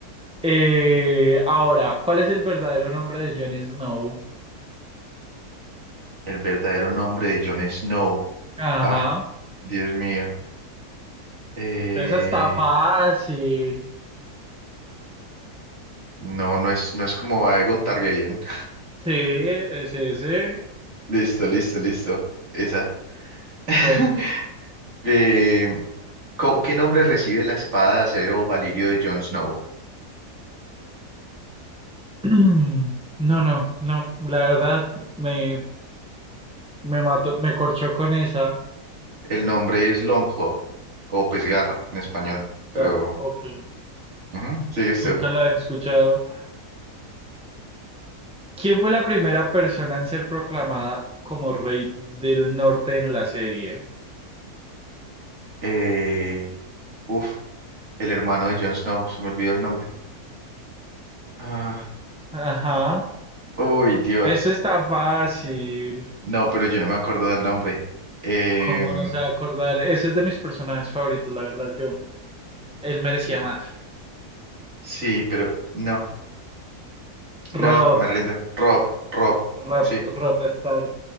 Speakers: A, in the centre; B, on the right.
A: Eh, ahora, ¿cuál es el verdadero nombre de Jon Snow?
B: El verdadero nombre de Jon Snow.
A: Ajá,
B: Ah, Dios mío. Eh,
A: esa está fácil.
B: no, no es, no es como Aegon Targaryen. <laughs>
A: Sí, es ese.
B: Listo, listo, listo. Esa.
A: Bueno.
B: <laughs> Eh, ¿co- ¿qué nombre recibe la espada de acero Valirio de Jon Snow?
A: <clears throat> No, no, no, la verdad me, me mató, me corchó con esa.
B: El nombre es Longclaw, o pues garra en español, pero
A: Ar- Ok,
B: ujú, sigue esto.
A: nunca la había escuchado. ¿Quién fue la primera persona en ser proclamada como rey del norte en la serie?
B: Eh, uf, el hermano de Jon Snow, se me olvidó el nombre. Ah,
A: Ajá,
B: uy, Dios.
A: eso está fácil.
B: No, pero yo no me acuerdo del nombre. Em,
A: ¿Cómo no se va a acordar? Ese es de mis personajes favoritos, la verdad, yo. Él merecía
B: eh,
A: más.
B: sí, pero no.
A: Rob,
B: No, no, me rindo. Rob, Rob.
A: Rob,
B: Sí,
A: Rob Stark.